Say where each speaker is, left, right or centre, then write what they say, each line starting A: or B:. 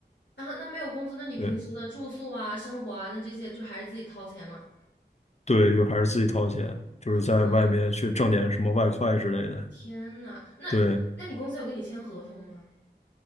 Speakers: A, on the left; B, on the left.
A: 啊，那没有工资，那你平时的住宿啊、
B: 对，
A: 生活啊，那这些就还是自己掏钱吗？
B: 对，就还是自己掏钱，就是在外面去挣点什么外快之类的，
A: 啊。天呐，那那你公司有跟你签合同吗？
B: 对，